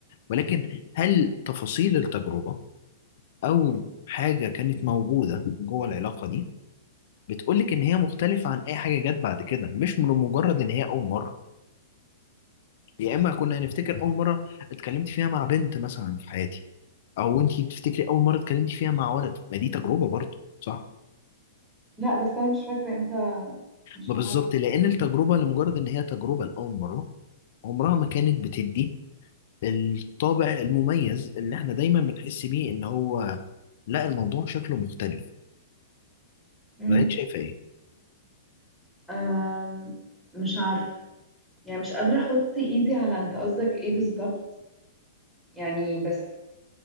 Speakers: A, on the left (about 50°); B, in the centre.
A: ولكن هل تفاصيل التجربة او حاجة كانت موجودة جوه العلاقة دي بتقولك ان هي مختلفة عن اي حاجة جت بعد كده مش من مجرد ان هي اول مرة يا اما كنا هنفتكر اول مرة اتكلمت فيها مع بنت مثلا في حياتي او انتي بتفتكري اول مرة اتكلمتي فيها مع ولد ما دي تجربة برضه صح
B: لا بس أنا مش فاكرة إمتى مش
A: ما
B: عارفة
A: بالظبط لأن التجربة لمجرد إن هي تجربة لأول مرة عمرها ما كانت بتدي الطابع المميز اللي إحنا دايما بنحس بيه إن هو لا الموضوع شكله مختلف
B: مم.
A: ولا أنت شايفة إيه؟
B: أم، مش عارفة يعني مش قادرة أحط إيدي على أنت قصدك إيه بالظبط يعني بس